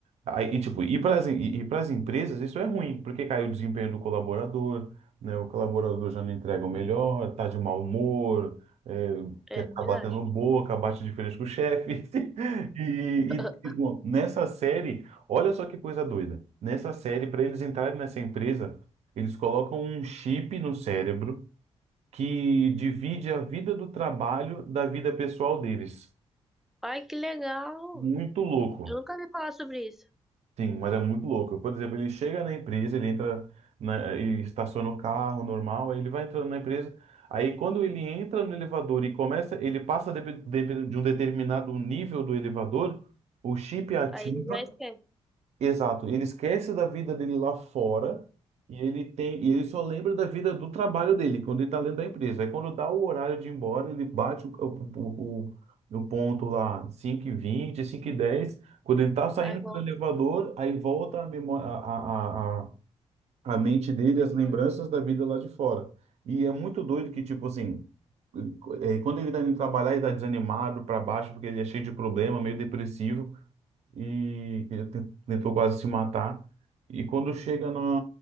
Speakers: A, on the right; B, in the centre.
A: Aí, e tipo, e para as e, e pras empresas isso é ruim, porque cai o desempenho do colaborador, né? O colaborador já não entrega o melhor, tá de mau humor, é, quer
B: É verdade.
A: ficar batendo boca, bate de frente com o chefe. <laughs> E,
B: <laughs>
A: e, tipo, nessa série, olha só que coisa doida. Nessa série, para eles entrarem nessa empresa, eles colocam um chip no cérebro que divide a vida do trabalho da vida pessoal deles.
B: Ai, que legal!
A: Muito louco.
B: Eu nunca ouvi falar sobre isso.
A: Sim, mas é muito louco. Por exemplo, ele chega na empresa, ele entra na, e estaciona o carro normal, aí ele vai entrando na empresa. Aí quando ele entra no elevador e começa, ele passa de, de, de um determinado nível do elevador, o chip ativa
B: Aí ele já esquece.
A: Exato, ele esquece da vida dele lá fora e ele tem, e ele só lembra da vida do trabalho dele, quando ele tá dentro da empresa. Aí quando dá o horário de ir embora, ele bate o, o, o, o ponto lá cinco e vinte cinco e dez Quando ele tá saindo
B: Aí volta.
A: pelo elevador, aí volta a, memória, a, a, a, a mente dele,
B: melhora.
A: as lembranças da vida lá de fora. E é muito doido que, tipo assim, eh, quando ele tá indo trabalhar, ele tá desanimado, pra baixo, porque ele é cheio de problema, meio depressivo e que te- tentou quase se matar. E quando chega na,